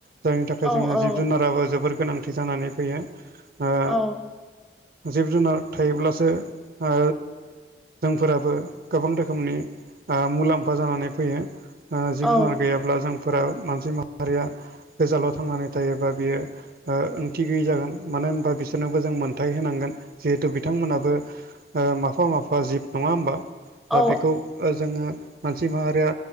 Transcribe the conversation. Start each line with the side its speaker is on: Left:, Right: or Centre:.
Right: जायनि थाखाय
Centre: औ
Right: जोङो
Centre: औ
Right: जिब जुनाराबो जोबोर गोनांथि जानानै फैयो। ओ
Centre: औ
Right: जिब जुनार थायोब्लासो ओ जोंफोराबो गोबां रोखोमनि आ मुलाम्फा जानानै फैयो आ
Centre: औ
Right: जिब
Centre: औ
Right: जुनार गैयाब ब्ला जोंफोरा मानसि माहारिया गोजानाव थांनानै थायोबा बियो ओ ओंथि गैयि जागोन मानो होनबा बिसोरनोबो जों मोनथाय होनांगोन। जिहेथु बिथां मोनाबो ओ माफा माफा जिब नङा होमबा?
Centre: औ
Right: दा बेखौ ओ जोङो मानसि माहारिया